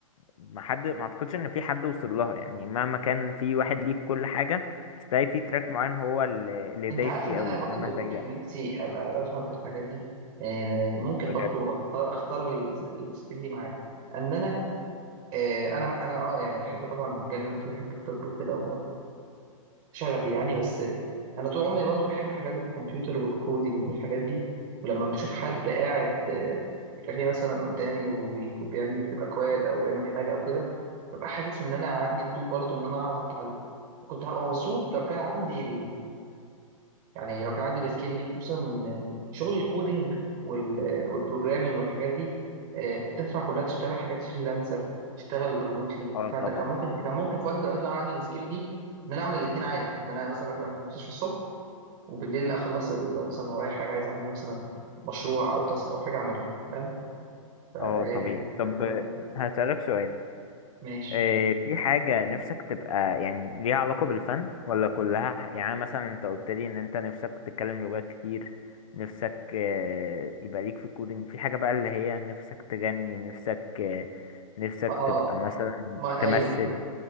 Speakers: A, on the left (about 70°); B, on the right (about 30°).
A: ما حد ما اعتقدش ان في حد وصل لها يعني مهما كان في واحد ليه في كل حاجه بس تلاقي في تراك معين هو اللي اللي
B: انت
A: دايس
B: عارف
A: فيه
B: ان
A: قوي
B: انا
A: انما
B: برضو
A: الباقي
B: كان
A: لا
B: نفسي ابقى بفهم في الحاجات دي يعني ممكن
A: بجد
B: برضو اختار اختار ال- السكيل دي معاك ان انا آه، انا انا اه يعني بحب طبعا المجال اللي انا فيه بحب الطب وكده شغفي يعني بس انا طول عمري برضه بحب حاجات الكمبيوتر والكودينج والحاجات دي ولما بشوف حد قاعد آه، في كافيه مثلا قدامي وبيعمل بيكتب اكواد او بيعمل حاجه او كده ببقى حاسس ان انا عندي فضول برضه ان انا اعرف اتعلم كنت هبقى مبسوط لو كان عندي يعني لو كان عندي السكيل دي خصوصا ان شغل الكودينج وال- والبروجرامينج والحاجات دي آه، تنفع كلها تشتغل حاجات فريلانسر تشتغل ريموتلي
A: اه
B: فانت
A: طبعا
B: كان ممكن كان ممكن في وقت من الاوقات لو أنا عندي السكيل دي ان انا اعمل الاثنين عادي ان انا مثلا ابقى في المستشفى الصبح وبالليل اخلص ال- لو مثلا ورايا حاجه عايز اعملها مثلا مشروع او تاسك او حاجه اعملها فاهم فهي
A: اه طبيعي
B: كانت
A: طب
B: كانت تبقى جميله
A: هسألك سؤال
B: ماشي
A: إيه، في حاجة نفسك تبقى يعني ليها علاقة بالفن ولا كلها ح- يعني مثلا انت قلت لي ان انت نفسك تتكلم لغات كتير نفسك آه، يبقى ليك في الكودينج في حاجة بقى اللي هي نفسك تغني نفسك آه، نفسك
B: اه
A: تبقى مثلا
B: ما ايوه
A: تمثل